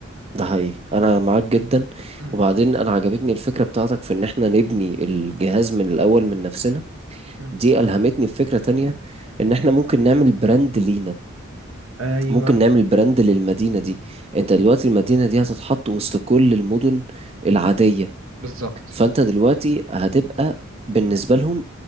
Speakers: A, on the right (about 30°); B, on the right (about 75°).
A: ده حقيقي انا معاك جدا
B: مم.
A: وبعدين انا عجبتني الفكرة بتاعتك في ان احنا نبني الجهاز من الاول من نفسنا
B: مم.
A: دي الهمتني بفكرة تانية ان احنا ممكن نعمل براند لينا
B: ايوه
A: ممكن نعمل براند للمدينة دي انت دلوقتي المدينة دي هتتحط وسط كل المدن العادية
B: بالظبط
A: فانت دلوقتي هتبقى بالنسبة لهم